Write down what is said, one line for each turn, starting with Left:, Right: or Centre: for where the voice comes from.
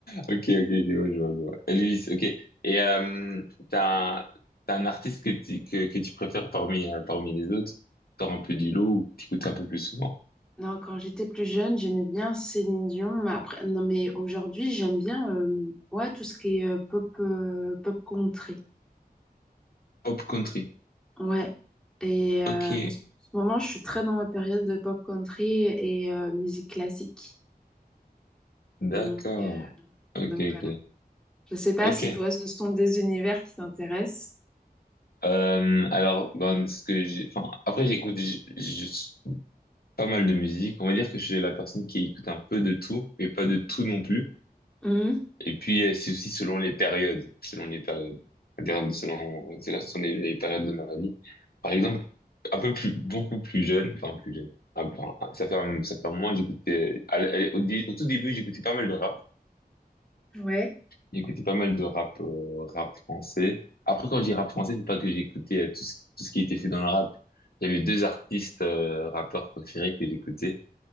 Left: ok, ok, ouais, je vois, je vois. Elvis, ok. Et euh, t'as un, t'as un artiste que tu, que, que tu préfères parmi, euh, parmi les autres? Sors un peu du lot ou que tu écoutes un peu plus souvent?
Centre: Non, quand j'étais plus jeune, j'aimais bien Céline Dion, mais après, non, mais aujourd'hui, j'aime bien euh, ouais, tout ce qui est euh, pop, euh, pop country.
Left: Pop country.
Centre: Ouais. Et euh,
Left: Ok,
Centre: en ce en ce moment, je suis très dans ma période de pop country et euh, musique classique.
Left: d'accord.
Centre: Donc, euh,
Left: Ok,
Centre: donc voilà.
Left: ok.
Centre: Je sais pas
Left: Ok.
Centre: si toi, ce sont des univers qui t'intéressent.
Left: Euh, alors, ben, ce que j'ai, enfin, après, j'écoute j- j- pas mal de musique. On va dire que je suis la personne qui écoute un peu de tout, mais pas de tout non plus.
Centre: Mhm.
Left: Et puis, euh, c'est aussi selon les périodes, selon les périodes, C'est-à-dire selon, c'est-à-dire selon les, les périodes de ma vie. Par exemple, un peu plus, beaucoup plus jeune, enfin plus jeune. Ah, bon, ça fait, un- ça fait un moment, j'écoutais, à l- à l- au, dé- au tout début, j'écoutais pas mal de rap.
Centre: Ouais,
Left: J'écoutais pas mal de rap, euh, rap français. Après, quand je dis rap français, c'est pas que j'écoutais euh, tout ce, tout ce qui était fait dans le rap. Il y avait deux artistes, euh, rappeurs préférés que j'écoutais